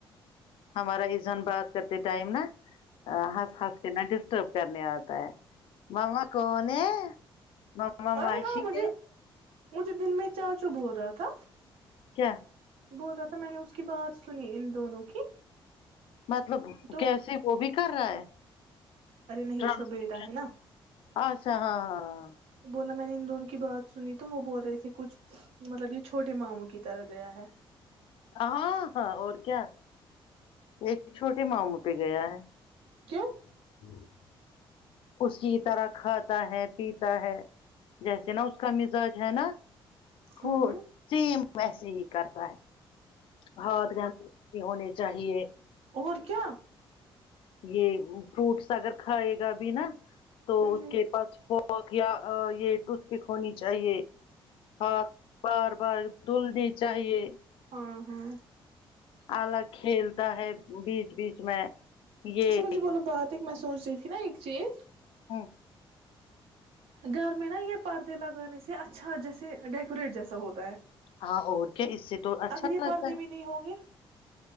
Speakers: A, on the left; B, on the right.
A: ہمارا ازن بات کرتے ٹائم نا حس خس کے ن ڈسٹرب کرنے آتا ہے ما کون ہے <unintelligible> مما معاش
B: ارے ہاں مجھے
A: کے <unintelligible>
B: مجھے دن میں چا چو ب ہوول رہا تھا
A: کیا
B: بول رہا تھا میں نے اس کی بات سنی ان دونوں کی <unintelligible>
A: مطلب
B: تو
A: کیسے وہ بھی کر رہا ہے <unintelligible>
B: ارے نہیں
A: ٹرانسلیشن
B: اس کا بیٹا ہے نا
A: اچھا ہاں ہاں ہاں <unintelligible>
B: بولا میں نے ان دونوں کی بات سنی تو وہ بول رہے تھے کچھ مطلب یہ چھوٹے ماموں کی طرح گیا ہے <unintelligible>
A: ہاں ہاں اور کیا ایک چھوٹے ماموں پہ گیا ہے ہوں
B: کیوں
A: <unintelligible> اس کی طرح کھاتا ہے پیتا ہے جیسے نا اس کا مزاج ہے نا خ
B: ہاں ہاں
A: سیم <unintelligible> ویسے ہی کرتا ہے <unintelligible> ہاد جے ہونے چاہیے
B: اور کیا؟ <unintelligible>
A: یہ فروٹس اگر کھائے گا بھی نا تو
B: ہ ہ
A: اس کے پاس ف یہ ٹوتھ پک ہونی چاہیے <unintelligible> ہاں بار بار <unintelligible> دل نہیں چاہیے
B: ہاں ہاں
A: الگ کھیلتا ہے بیچ اس بیچ میں یہ
B: اچھا مجھے
A: <unintelligible>
B: بولو بات ایک میں سوچ رہی تھی نا ایک چیز <unintelligible>
A: ہ <unintelligible>
B: گھر میں نا یہ پردے لگانے سے اچھا جیسے ڈیکوریٹ جیسا ہوتا ہے
A: ہاں اور کیا اس سے تو اچھا
B: اگر یہ
A: لگتا
B: پردے
A: ہے
B: بھی نہیں ہوں گے